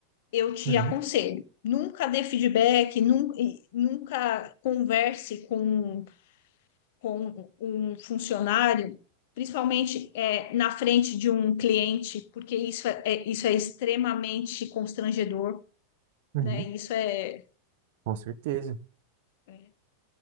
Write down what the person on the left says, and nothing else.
eu te
aconselho. Nunca dê feedback, nun- e nunca converse com, com um funcionário, principalmente é, na frente de um cliente, porque isso é, é- isso é extremamente constrangedor,
né? Isso é.
é-